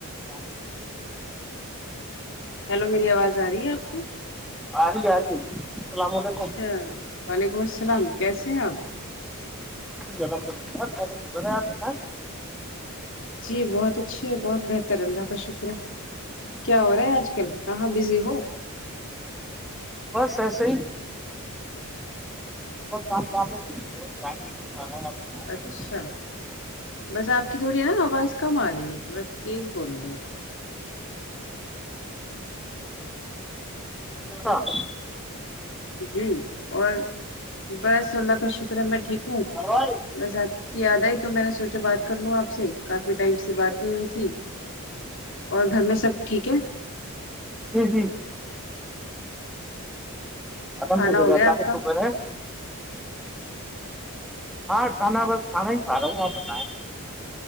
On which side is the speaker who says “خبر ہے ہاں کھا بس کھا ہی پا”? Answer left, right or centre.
Centre